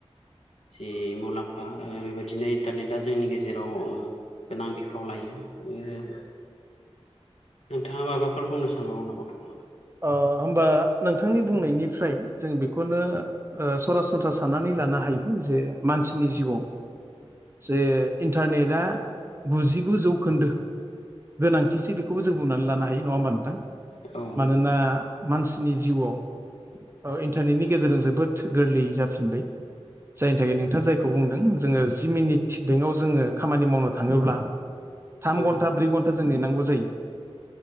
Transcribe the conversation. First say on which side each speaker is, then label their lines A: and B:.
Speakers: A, on the left; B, on the right.
A: जि मुलाम्फा ओ बेबायदिनो इन्टारनेटा जोंनि गेजेराव ओ गोनां बिफाव लायो। नोंथाङा माबाफोर बुंनो सानबावो नामा?
B: अ होमबा नोंथांनि बुंनायनिफ्राय जों बेखौनो ओ सरासनस्रा साननानै लानो हायो जे मा मानसिनि जिवाव जे इन्टारनेटा गुजिगु जौखोन्दो गोनांथिसै बेखौबो जों बुंनानै लानो हायो नङा होमबा नो
A: औ।
B: मानोना
A: नंगौ नोंथां
B: मानसिनि जिवाव ओ इन्टारनेटनि गेजेरजों जोबोद थो गोरलै जाफिनबाय जायनि थाखाय नोंथाङा जायखौ बुंदों जोङो जि मिनिट थि बेंकाव जोङो खामानि मावनो थाङोब्ला थाम
A: औ
B: घन्टा ब्रै घन्टा जों नेनांगौ जायो।